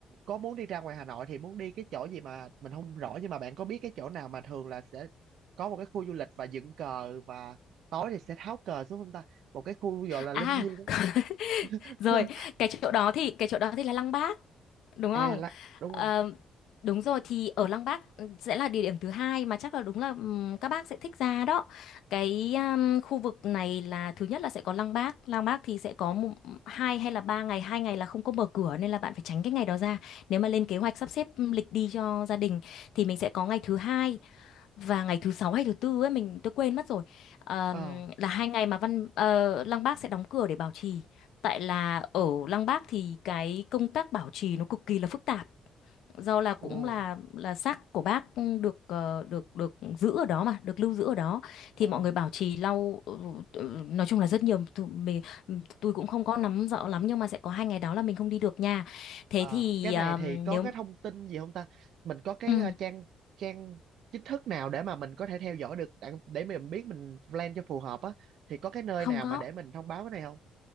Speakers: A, on the right; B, on the left.
A: có muốn đi ra ngoài Hà Nội thì muốn đi cái chỗ gì mà mình không rõ nhưng mà bạn có biết cái chỗ nào mà thường là sẽ có một cái khu du lịch và dựng cờ và tối thì sẽ tháo cờ xuống không ta? Một cái khu gọi là
B: à
A: linh Thi á.
B: <laughs>
A: <laughs>
B: Rồi, cái chỗ đó thì cái chỗ đó thì là Lăng Bác, đúng
A: À
B: không?
A: là đúng
B: Ờ,
A: rồi.
B: đúng rồi thì ở Lăng Bác ừ, sẽ là địa điểm thứ hai mà chắc là đúng là ừm, các bác sẽ thích ra đó. Cái um, khu vực này là thứ nhất là sẽ có Lăng Bác, Lăng Bác thì sẽ có một, hai hay là ba ngày, hai ngày là không có mở cửa nên là bạn phải tránh cái ngày đó ra. Nếu mà lên kế hoạch sắp xếp lịch đi cho gia đình thì mình sẽ có ngày thứ hai và ngày thứ sáu hay thứ tư ấy mình tôi quên mất rồi Ờm,
A: Ờ.
B: là hai ngày mà Văn ờ, Lăng Bác sẽ đóng cửa để bảo trì tại là ở Lăng Bác thì cái công tác bảo trì nó cực kỳ là phức tạp do là cũng
A: Ồ.
B: là là xác của bác được ờ, được được giữ ở đó mà được lưu giữ ở đó
A: Ồ.
B: thì mọi người bảo trì lau ừ, ừ, nói chung là rất nhiều tôi, mình tôi cũng không có nắm rõ lắm nhưng mà sẽ có hai ngày đó là mình không đi được nha thế
A: Ờ,
B: thì
A: cái
B: ờm,
A: này thì có
B: nếu
A: cái thông tin gì không ta? Mình có cái
B: ừ,
A: ờ, trang trang chính thức nào để mà mình có thể theo dõi được đặng- để mình biết mình plan cho phù hợp á thì có cái nơi
B: không
A: nào
B: có
A: mà để mình thông báo cái này không?